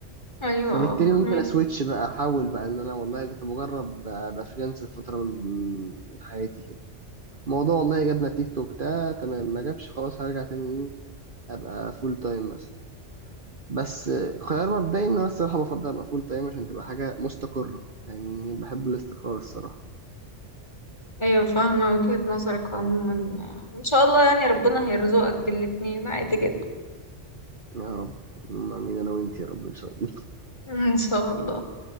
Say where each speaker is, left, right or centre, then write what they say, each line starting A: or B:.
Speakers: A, on the left; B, on the right.
A: ايوه
B: فبالتالي
A: اه فاهمك
B: ممكن اسويتش بقى احاول بقى ان انا والله كنت بجرب ابقى فريلانس لفتره من من حياتي كده الموضوع والله جاب نتيجته وبتاع تمام ما جابش خلاص هرجع تاني ايه ابقى فول تايم مثلا بس خيار مبدئي ان انا الصراحه بفضل ابقى فول تايم عشان تبقى حاجه مستقره يعني بحب الاستقرار الصراحه
A: ايوه فاهمة وجهة نظرك عموما ان شاء الله يعني ربنا هيرزقك الاتنين عادي جدا
B: يا رب ما مين انا وانت يا رب ان شاء الله
A: <laughs> ان شاء الله